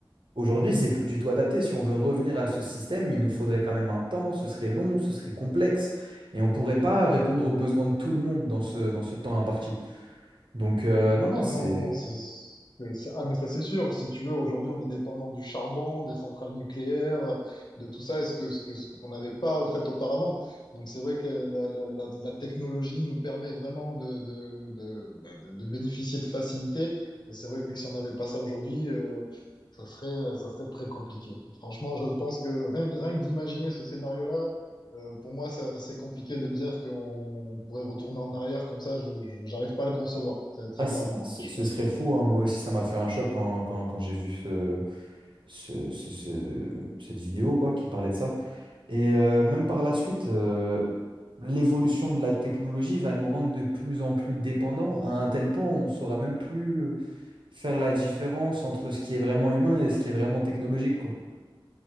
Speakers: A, on the right; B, on the left.
A: Aujourd'hui,
B: Mhm.
A: c'est plus du tout adapté. Si on veut revenir à ce système, il nous faudrait quand même un temps, ce serait long, ce serait complexe, et on ne pourrait pas répondre aux besoins de tout le monde dans ce, dans ce temps imparti. Donc, euh, non, non,
B: Mais
A: c'est,
B: non, non, c'est, c'est- c'est- ah, mais ça c'est sûr. Si tu veux, aujourd'hui, on est dépendant du charbon, des centrales nucléaires, de tout ça, est-ce que, ce que, ce qu'on n'avait pas au fait auparavant. Donc c'est vrai que la, la, la, la technologie nous permet vraiment de, de, de, bah, de, de bénéficier de facilité. Et c'est vrai que si on n'avait pas ça aujourd'hui, euh, ça serait, ça serait très compliqué. Franchement, je pense que rien, rien que d'imaginer ce scénario-là, Euh, pour moi, c'est assez compliqué de me dire qu'on pourrait retourner en arrière comme ça. Je, je- j'arrive pas à le concevoir, très, très
A: ah,
B: clairement.
A: c'est- ce
B: hein. Je
A: ce
B: pense
A: serait
B: que,
A: fou. hein. Moi aussi, ça m'a fait un choc quand, quand, quand j'ai vu ce, ce- ce- ce- cette vidéo quoi, qui parlait de ça. Et euh, même par la suite, euh, l'évolution de la technologie va nous rendre de plus en plus dépendants à un tel point où on ne saura même plus. faire la différence entre ce qui est vraiment humain et ce qui est vraiment technologique, quoi.